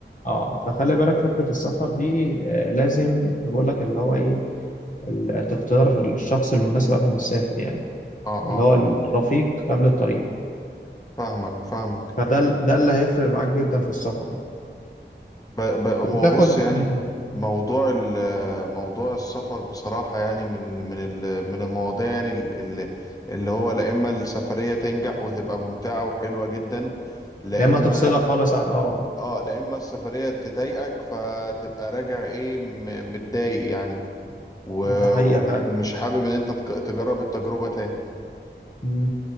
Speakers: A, on the left; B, on the left.
A: آه، فخلي بالك فكره السفر دي آه، لازم بقول لك اللي هو ايه ال- تختار الشخص المناسب قبل ما تسافر يعني
B: اه
A: اللي
B: اه
A: هو الرفيق قبل الطريق
B: فاهمك فاهمك
A: فده ال- ده اللي هيفرق معاك جدا في السفر يعني.
B: ب... ب... هو
A: وتاخد
B: بص يعني
A: مم.
B: موضوع ال... موضوع السفر بصراحة يعني من من ال... من المواضيع يعني اللي, اللي هو لا اما السفرية تنجح وتبقى ممتعة وحلوة جدا لا
A: يا اما
B: اما
A: تفصلها خالص عن اه
B: اه لا اما السفرية تضايقك فتبقى راجع ايه م- متضايق يعني و...
A: ده حقيقة
B: و- ومش حابب ان انت تك- تجرب التجربة تاني
A: فعلا